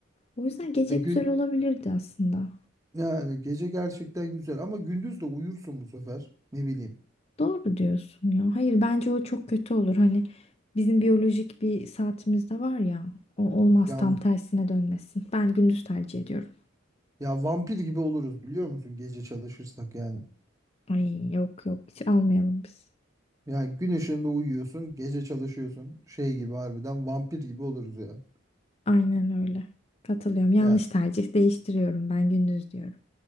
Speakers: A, on the left (about 30°); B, on the right (about 15°).
A: O yüzden gece
B: E gün
A: güzel olabilirdi aslında.
B: yani gece gerçekten güzel ama gündüz de uyursun bu sefer. Ne bileyim.
A: Doğru diyorsun ya. Hayır bence o çok kötü olur. Hani bizim biyolojik bir saatimiz de var ya. O olmaz
B: Ya
A: tam tersine dönmesin. Ben gündüz tercih ediyorum.
B: ya vampir gibi oluruz biliyor musun gece çalışırsak yani.
A: Ay yok yok hiç almayalım biz.
B: Ya gün ışığında uyuyorsun, gece çalışıyorsun. Şey gibi harbiden vampir gibi oluruz ya.
A: Aynen öyle. Katılıyorum. Yanlış
B: Ya
A: tercih değiştiriyorum ben gündüz diyorum.